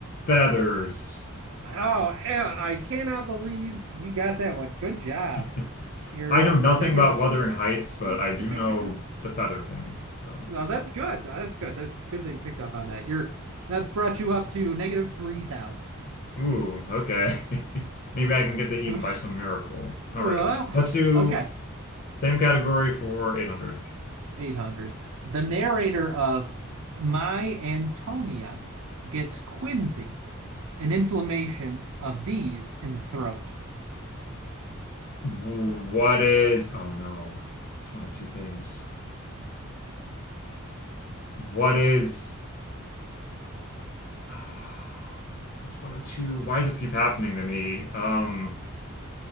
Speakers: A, on the left (about 45°); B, on the right (about 70°).
A: feathers?
B: Oh, yeah, I cannot believe you got that one. Good job.
A: <laughs>
B: You're
A: I know
B: up
A: nothing
B: to negative
A: about Wuthering Heights, but I
B: <laughs>
A: do know the feather thing. So,
B: Well, that's good. That's good. That's good that you picked up on that. You're that brought you up to negative three thousand.
A: ooh, okay. <laughs> Maybe I can get that even
B: <laughs>
A: by some miracle. All
B: well,
A: right. Let's do
B: okay,
A: same category for 800.
B: eight hundred. The narrator of My Antonia gets quinsy, an inflammation of these in the throat.
A: What is, oh no, it's one of two things. What is, <sighs> That's one of two. Why does this keep happening to me? Um,